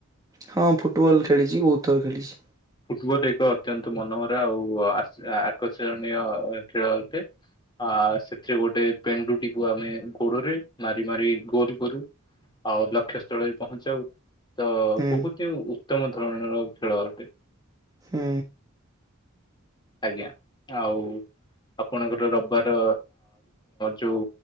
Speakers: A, on the right; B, on the left.
A: ହଁ ଫୁଟବଲ ଖେଳିଛି ବହୁତ ଥର ଖେଳିଛି।
B: ଫୁଟବଲ ଏକ ଅତ୍ୟନ୍ତ ମନୋହର ଆଉ ଆକର୍ଷଣୀୟ ଖେଳ ଅଟେ। ଆ ସେଥିରେ ଗୋଟେ ପେଣ୍ଡୁଟିକୁ ଆମେ ଗୋଡରେ ମାରି ମାରି ଗୋଲ କରୁ। ଆଉ ଲକ୍ଷ୍ୟସ୍ଥଳରେ ପହଞ୍ଚାଉ। ତ
A: ହୁଁ
B: ବହୁତ ଉତ୍ତମ ଧରଣର ଖେଳ ଅଟେ।
A: ହୁଁ।
B: ଆଜ୍ଞା, ଆଉ ଆପଣଙ୍କର ରବିବାର ଯୋଉ